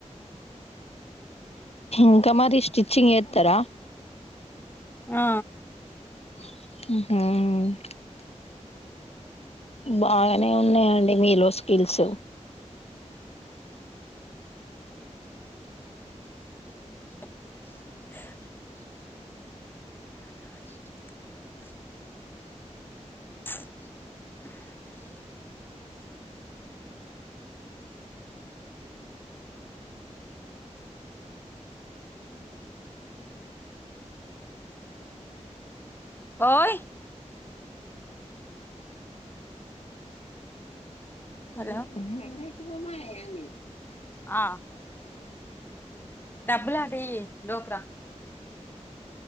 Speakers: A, on the left; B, on the left.
A: ఇంకా మరి స్టిచ్చింగ్ ఏత్తర
B: ఆ
A: హుహూ బాగనే ఉన్నాయండి మీలో స్కిల్స్
B: <unintelligible> <unintelligible> <unintelligible> ఓయ్
A: <unintelligible>
B: హలో ఆ డబ్బులు ఆట ఇయ్యి లోక్ రా